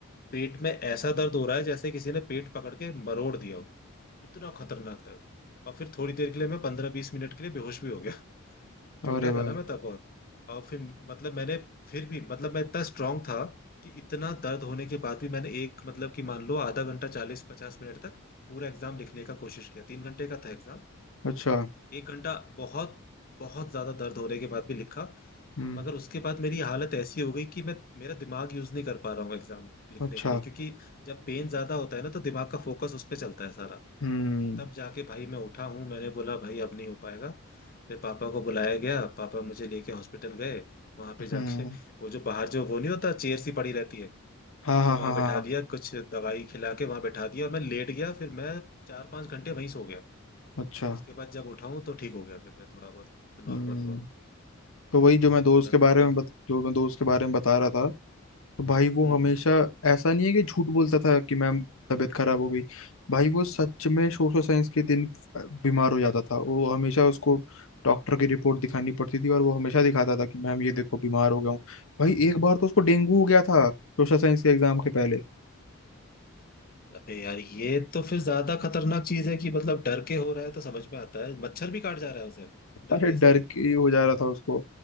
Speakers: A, on the left (about 45°); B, on the left (about 75°).
A: पेट में ऐसा दर्द हो रहा है जैसे किसी ने पेट पकड़ के मरोड़ दिया हो इतना खतरनाक दर्द और फिर थोड़ी देर के लिए मैं पंद्रह बीस मिनट के लिए बेहोश भी हो गया
B: हम्म,
A: छोटा
B: अरे भाई
A: था ना मैं तब बहुत। और फिर मतलब मैंने फिर भी मतलब मैं इतना स्ट्रांग था कि इतना दर्द होने के बाद भी मैंने एक मतलब कि मान लो आधा घंटा चालीस पचास मिनट तक पूरा एग्जाम लिखने का कोशिश किया तीन घंटे का था एग्जाम
B: अच्छा
A: एक घंटा बहुत बहुत ज्यादा दर्द होने के बाद भी लिखा
B: हम्म
A: मगर उसके बाद मेरी हालत ऐसी हो गई कि मैं मेरा दिमाग यूज नहीं कर पा रहा हूँ एग्जाम लिखने
B: अच्छा
A: के लिए क्योंकि जब पेन ज्यादा होता है ना तो दिमाग का फोकस उस पर चलता है सारा
B: हम्म
A: तब जाके भाई मैं उठा हूँ मैंने बोला भाई अब नहीं हो पाएगा फिर पापा को बुलाया गया पापा मुझे लेके हॉस्पिटल गए वहां पे जाके
B: हम्म
A: <laughs> वो जो बाहर जो वो नहीं होता चेयर सी पड़ी रहती है
B: हाँ
A: मुझे
B: हाँ
A: वहां
B: हाँ
A: बैठा
B: हाँ हाँ,
A: दिया कुछ दवाई खिला के वहां बैठा दिया मैं लेट गया फिर मैं चार पांच घंटे वहीं सो गया
B: अच्छा
A: उसके बाद जब उठा हूँ तो ठीक हो गया फिर मैं थोड़ा बहुत तो नॉर्मल
B: हम्म
A: हुआ
B: तो वही
A: भाई
B: जो
A: साहब
B: मैं दोस्त
A: हालत
B: के बारे
A: मतलब
B: में बत, जो मैं दोस्त के बारे में बता रहा था तो भाई वो
A: हम्म
B: हमेशा
A: हम्म
B: ऐसा नहीं है कि झूठ बोलता था कि मैम तबीयत खराब हो गई भाई वो सच में सोशल साइंस के दिन बीमार हो जाता था वो हमेशा उसको डॉक्टर की रिपोर्ट दिखानी पड़ती थी और वो हमेशा दिखाता था कि मैम ये देखो बीमार हो गया हूँ भाई एक बार तो उसको डेंगू हो गया था सोशल साइंस के एग्जाम के पहले
A: अबे यार ये तो फिर ज्यादा खतरनाक चीज है कि मतलब डर के हो रहा है तो समझ में आता है मच्छर भी काट जा रहा है उसे
B: अरे
A: डरने
B: डर
A: से
B: के हो जा रहा था उसको